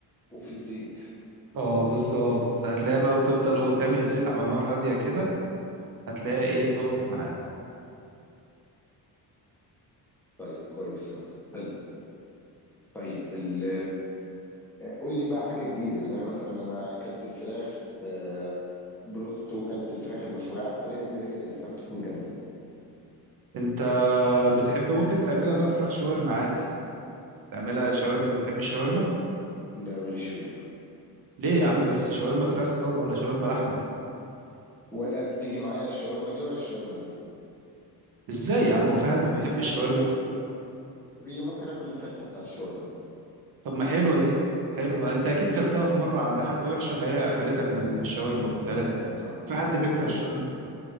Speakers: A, in the centre; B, on the right.
A: وفي الزيت
B: اه بالظبط هتلاقيها بقى وتفضل وتعمل الزيت على نار هادية كده هتلاقيها ايه ظبطت معاها
A: طيب كويس قوي حلو طيب ال قول لي بقى حاجة جديدة يعني أنا مثلا أنا أكلت الفراخ آه، بروستو أكلت الفراخ المشوية عايز طريقة جديدة كده الفراخ تكون جامدة
B: انت بتحب ممكن تعملها بقى فراخ شاورما عادي تعملها شاورما بتحب الشاورما
A: ده ماليش فيها لا
B: ليه يا عم بس شاورما فراخ طب ولا شاورما لحمة
A: ولا بتيجي معايا الشاورما دي ولا الشاورما دي
B: ازاي يا عم هو في
A: في
B: حد
A: ناس
B: ما بيحبش
A: بتقول لك
B: الشاورما
A: ممكن في ممكن آكل الفتة بتاعت الشاورما
B: طب ما حلوة دي حلوة انت اكيد كلتها في مرة عند حد وحشة فهي قفلتك من الشاورما كلها
A: ممكن
B: لكن
A: آه
B: في حد بيكره
A: ممكن
B: الشاورما